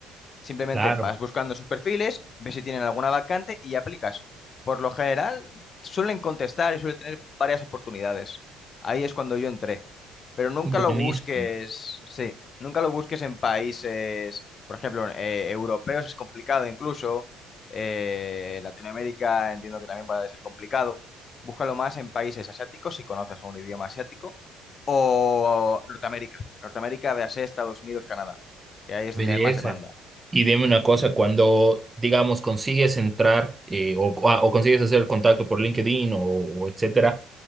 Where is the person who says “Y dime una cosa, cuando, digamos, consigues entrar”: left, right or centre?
Right